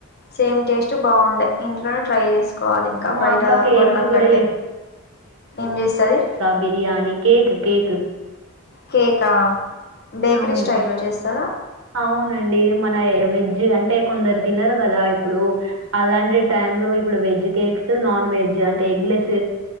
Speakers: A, on the left; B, on the right.
A: సేమ్ టేస్ట్ బాగుండ ఇంట్లోనే ట్రై ఏసుకోవాలి ఇంకా
B: మా
A: బయట
B: అక్క కేక్
A: కొనడం
B: కూడా
A: కట్టే ఏం జేస్తది
B: బిర్యాని కేకు కేకు
A: కేకా బేక్రీ
B: అవును
A: స్టైల్ లో చేస్తద
B: అవునండి మన వెజ్ అంటే కొందరు తినరు కదా ఇప్పుడు అలాంటి టైం లో ఇప్పుడు వెజ్ కేక్స్ నాన్ వెజ్ అంటే ఎగ్ లెస్